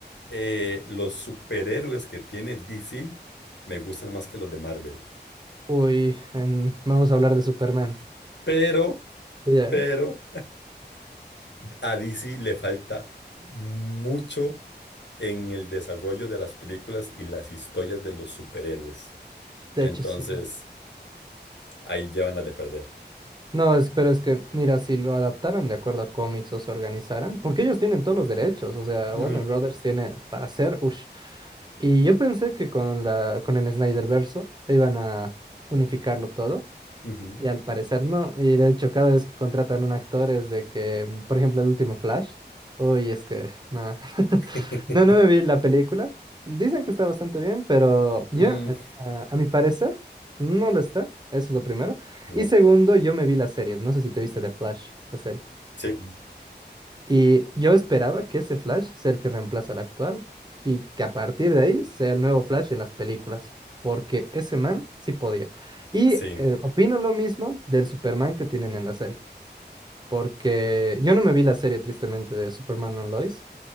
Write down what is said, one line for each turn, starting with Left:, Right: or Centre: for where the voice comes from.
Left: eh, los superhéroes que tiene DC me gustan más que los de Marvel.
Right: Uy, en- vamos a hablar de Superman.
Left: Pero,
Right: Ya,
Left: pero, a DC le falta mucho en el desarrollo de las películas y las historias de los superhéroes.
Right: de
Left: Entonces,
Right: hecho sí.
Left: ahí llevan las de perder.
Right: No, es- pero es que, mira, si lo adaptaran de acuerdo a cómics o se organizaran, porque ellos tienen todos los derechos, o sea,
Left: Ujú,
Right: Warner Brothers tiene para hacer, ush. Y yo pensé que con la, con el Snyder verso iban a unificarlo todo,
Left: ujú.
Right: Y al parecer no. Y de hecho, cada vez que contratan un actor es de que, mm, por ejemplo, el último Flash. Uy, es que, nada. <laughs>
Left: <laughs>
Right: No, no me vi la película. Dicen que está bastante bien, pero yo,
Left: Mm,
Right: eh, a, a mi parecer, no lo está. Eso es lo primero.
Left: no.
Right: Y segundo, yo me vi la serie. No sé si te viste The Flash, la serie.
Left: Sí,
Right: Y yo esperaba que ese Flash sea el que reemplaza al actual y que a partir de ahí sea el nuevo Flash en las películas, porque ese man sí podía. Y
Left: sí.
Right: eh, opino lo mismo del Superman que tienen en la serie, porque yo no me vi la serie tristemente de Superman and Lois,